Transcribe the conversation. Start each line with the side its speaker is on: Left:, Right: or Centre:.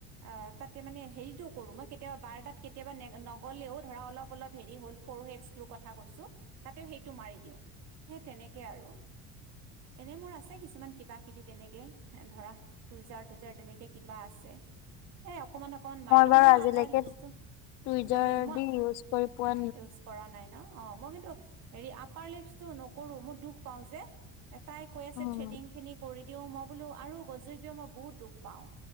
Right: আ তাতে মানে হেৰিটো কৰো মই কে বাৰ তাত কেতিয়াবা নেগা নগলেও ধৰা অলপ অ অলপ হেৰি হল ফৰ হেডটোন কথা কৈছো তাতেও সেইটো মাৰি দিওঁ সেই তেনেকে আৰু এনেই মোৰ আছে কিছুমান কিবা কিবি তেনেকে ধৰা টুজাৰ টুইজাৰ তেনেকে কিবা আছে এই অকণমান অকণমান মাৰি দিও
Left: বাৰু
Right: কিন্তু মই
Left: আজিলৈকে
Right: আপাৰ লিপচটো
Left: টুইজাৰ
Right: তুমি মই
Left: দি ইউজ কৰি পোৱা
Right: ইউজ কৰা নাই ন অ মই কিন্তু হেৰি আপাৰ লিপচটো নকৰো মোৰ দুখ পাওঁ যে তাই কৈ আছে
Left: উম,
Right: থ্ৰেডিং খিনি কৰি দিও মই বোলো আৰু গজিবও মই বহুত দুখ পাও